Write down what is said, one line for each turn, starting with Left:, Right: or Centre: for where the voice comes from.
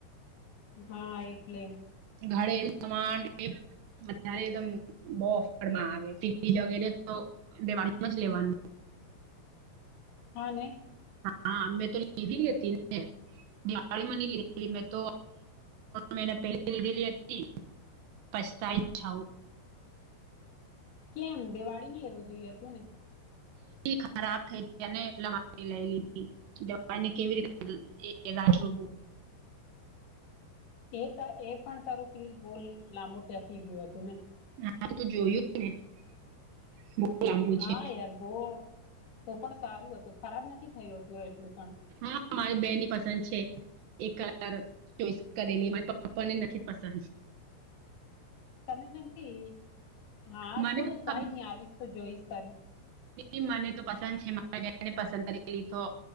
Left: હા, એટલે
Right: ગાડે સમાન એ અતારે એકદમ બહ ઓફરમાં આવે તજ વગેરે તો દેવાનું જ લેવાનું.
Left: હાને
Right: હા, મેં તો લીધી લેતી ને ગડીમાંની લીધ મેં તો મહિને પહેલી લીધેલી હતી, પસ્તાઈ છ.
Left: કેમ? દિવાળી માં લેવું જોઈએ હતું ને.
Right: ખરાબ થઈ ગયા ને એટલા માટે લઈ લીધી. દવા ને કેવી રીતે એ રાહ જોવો
Left: એ ત એ પણ તારું ફ્રી બહુ લાંબુ ટકી ગયું હતું ને.
Right: હા તો જોયું ને લાંબુ
Left: હા
Right: છે
Left: યાર બોવ તો પણ સારું હતું ખરાબ નથી થય હતું એટલું પણ
Right: હા મારી બેની પસંદ છે એક કલર ચોઈસ કરેલી મારી પપ્પા ને નથી પસંદ
Left: તને નથી હા
Right: મને
Left: તો કઈ
Right: ખબ-
Left: નઈ આવીશ તો જોઈશ તારું
Right: એ મને તો પસંદ છે મારાને પસંદ કરેલી તો